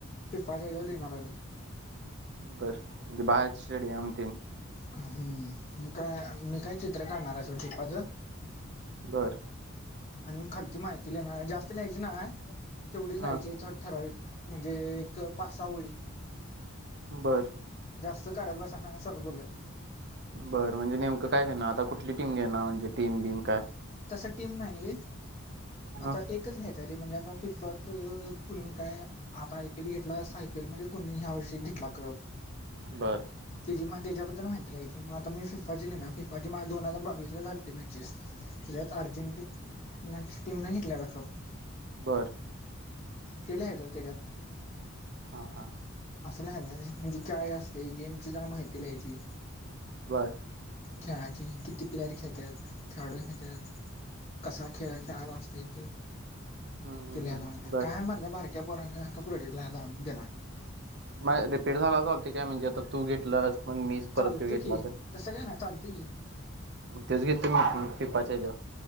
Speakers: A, on the left; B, on the right.
A: फिफाच्या हेजावर लिहणार आहे बग. <inaudible>
B: बर म्हणजे बाहेरच शेड घेऊन.
A: हम्म. मी काय, मी काय चित्र काढणार आहे सोड <unintelligible> पाच.
B: बर
A: आणि म खालती माहिती लिहणार हाय जास्त लिहायची नाही ह. तेवढीच लायची
B: हा
A: <unintelligible> ठराविक म्हणजे एक पासा ओळी.
B: बर.
A: जास्त करत बसाय नाही सर बोलल्यात.
B: बरं म्हणजे नेमकं काय घेण आता कुठली टीम घेणार म्हणजे टीम बिम काय?
A: तस टीम नाही
B: हा
A: आता एकच घ्यायचं. जरी म्हणजे आता फिफ्फत कुणी काय आता आयपीएल घेतलास आयपीएल मध्ये कुणी ह्या वर्षी घेतला कप.
B: बर.
A: त्याची मला त्याच्याबद्दल माहिती लिहायची मग आता मी सिफा ची लिहणार. फिफाजी मा दोन हजार बावीस ला झालीती मॅचेस. तेच्यात अर्जेंटीन टीनाच्या टीमने घेतलेला कप.
B: बरं.
A: ते लिहायचं त्याच्यात.
B: हा हां.
A: अस नाही गं म्हणजे काय असते गेम ची जण माहिती लहायची.
B: बर
A: चार्जिंग किती. प्लेयर खेेळत्यात खेळाडूनी तर. कसा खेळ. े आगस्ट एकटीन
B: हम्म हम्म
A: तिलालाव
B: हम्म बर
A: काय मारदा बारक्या पोरां सारखं कप हरड ला दिला
B: म रिपीट झालालती काय म्हणजे आता तू घेतलंस मण मीच परत
A: चालते
B: त घेतला
A: की
B: तर
A: तसं काय नाही चालते की
B: तेच घेतते मी पाचजार